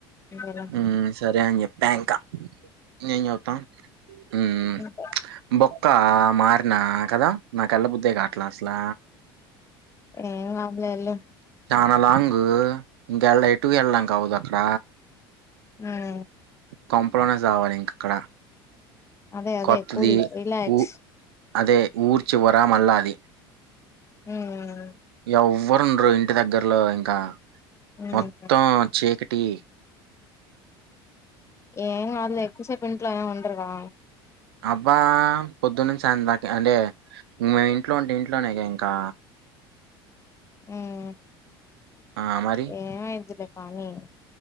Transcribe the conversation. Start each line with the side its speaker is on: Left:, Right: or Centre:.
Left: ఉమ్ అంతేలే
Right: హ్మ్ సరే అని చెప్పా ఇంకా ఏం చెతాం మ్
Left: ఉమ్
Right: బొక్కా మారిన కదా. ఎల్లబుద్దే కావట్లా అసలా
Left: ఏం కాదులే ఎల్లు
Right: నాలాంగ్ ఇంక ఎళ ఎటు ఎళ్ళంగా అవుదా క్కడ
Left: ఉమ్
Right: కొంపలోనే సావాలి ఇంక అక్కడ
Left: అదే అదే
Right: కొత్తది
Left: కూల్ రీలాక్స్
Right: ఊ అదే ఊర్ చివరా మల్లా అది
Left: హూ హ్మ్
Right: ఎవ్వరుండరు ఇంటి దగ్గర్లో ఇంకా
Left: ఉమ్
Right: మొత్తం చీ క టి
Left: ఏం కాదులే ఎక్కువసేపు ఇంట్లోనే ఉన్ ఎరగా
Right: అబ్బా పొద్దున్న నుంచి సాయంత్రం దాక అంటే ఇం మే ఇంట్లో ఉంటే ఇంట్లోనేక ఇంకా
Left: ఉమ్
Right: ఆ మరి
Left: ఏ మైయిద్దిలె పనీ